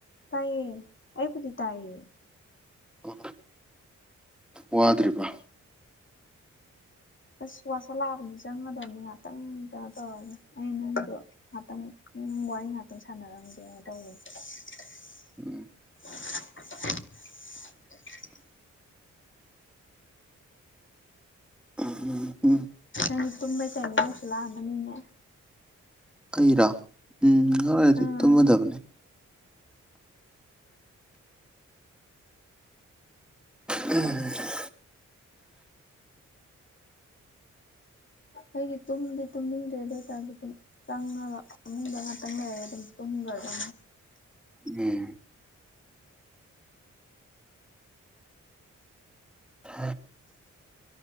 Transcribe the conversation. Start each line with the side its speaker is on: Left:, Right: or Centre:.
Left: ꯇꯥꯏꯌꯦ ꯑꯩꯕꯨꯗꯤ ꯇꯥꯏꯌꯦ
Centre: ꯍꯜꯂꯣ ꯋꯥꯗ꯭ꯔꯤꯕ
Left: ꯑꯁ ꯋꯥꯁꯜꯂꯛꯑꯕꯅꯤ ꯆꯪꯒꯗꯕꯅꯤ ꯉꯍꯥꯛꯇꯪ ꯀꯩꯅꯣ ꯇꯧꯔꯒ ꯑꯩ ꯅꯪꯒꯤꯗꯣ ꯉꯍꯥꯛꯇꯪ ꯋꯥꯔꯤ ꯉꯍꯥꯛꯇꯪ ꯁꯥꯟꯅꯔꯝꯒꯦꯅ ꯇꯧꯕꯅꯦ <inaudible>
Centre: ꯎꯝ ꯎ ꯎꯝ
Left: ꯅꯪꯒꯤ ꯇꯨꯝꯕꯩ ꯇꯥꯏꯃꯤꯡ ꯌꯧꯁꯤꯜ ꯂꯥꯛꯑꯃꯅꯤꯅꯦ
Centre: ꯑꯩꯔꯥ ꯎꯝ ꯉꯔꯗꯤ
Left: ꯑꯥ
Centre: ꯇꯨꯝꯃꯗꯕꯅꯦ ꯎꯝ
Left: ꯑꯩꯗꯤ ꯇꯨꯝꯗꯤ ꯇꯨꯝꯅꯤꯡꯗ꯭ꯔꯦ ꯑꯗꯨ ꯑꯣꯏꯇꯥꯔꯁꯨ ꯗꯨꯝ ꯆꯪꯉꯒ ꯃꯅꯨꯡꯗ ꯉꯥꯛꯇ ꯂꯩꯔꯗꯤ ꯇꯨꯝꯈ꯭ꯔꯒ
Centre: ꯎꯝ ꯍꯣꯏ